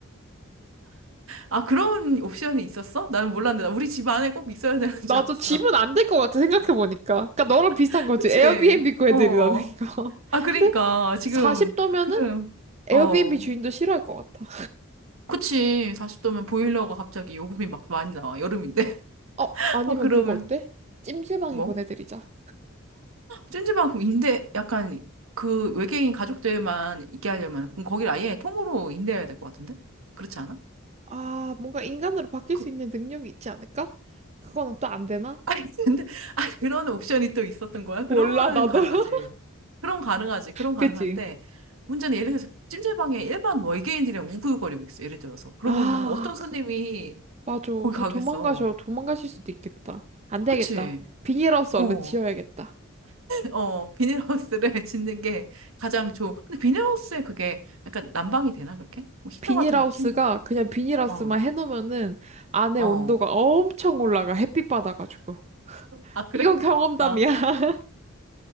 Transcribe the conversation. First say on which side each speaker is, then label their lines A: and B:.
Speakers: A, on the right; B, on the right.
A: 아, 그런 옵션이 있었어? 나는 몰랐는데. 나 우리 집 안에 꼭 있어야 되는 줄
B: 나도
A: 알았어.
B: 집은 안 될 것 같아, 생각해보니까. 그러니까 너랑 비슷한
A: <laughs>
B: 거지.
A: 그치?
B: 에어비앤비 구해드리라는
A: 어.
B: 거. <laughs>
A: 아, 그러니까
B: 근데
A: 지금
B: 40도면은
A: 그
B: 에어비앤비
A: 어.
B: 주인도 싫어할 것 같아.
A: 그치. 40도면 보일러가 갑자기 요금이 막 많이 나와. 여름인데. <laughs>
B: 어, 아니면
A: 막 그러면
B: 그거 어때? 찜질방에
A: 뭐?
B: 보내드리자.
A: 찜질방 그럼 임대 약간 그 외계인 가족들만 있게 하려면 그럼 거기를 아예 통으로 임대해야 될 것 같은데? 그렇지 않아?
B: 아, 뭔가 인간으로 바뀔
A: 그
B: 수 있는
A: <laughs>
B: 능력이 있지 않을까? 그거는 또 안 되나?
A: 아니 근데 아 그런 옵션이 또 있었던 거야?
B: 몰라,
A: 그러면은
B: 나도.
A: 가능하지.
B: <laughs>
A: 그럼 가능하지. 그럼 가능한데
B: 그치?
A: 문제는 예를 들어서 찜질방에 일반 외계인들이랑 우글거리고 있어. 예를 들어서 그러면은
B: 아,
A: 어떤
B: 그,
A: 손님이
B: 맞아.
A: 거기
B: 다
A: 가겠어?
B: 도망가셔. 도망가실 수도 있겠다. 안 되겠다.
A: 그치?
B: 비닐하우스
A: 어,
B: 얼른 지어야겠다.
A: 어, 비닐하우스를 <laughs> 짓는 게 가장 좋. 근데 비닐하우스에 그게 약간 난방이 되나 그렇게? 뭐 히터
B: 비닐하우스가
A: 같은 걸 켜는 건가?
B: 그냥 비닐하우스만
A: 어,
B: 해놓으면은 안에
A: 어.
B: 온도가 엄청 올라가. 햇빛 받아가지고.
A: 아, 그래?
B: 이건 경험담이야.
A: <laughs> 아,
B: <laughs>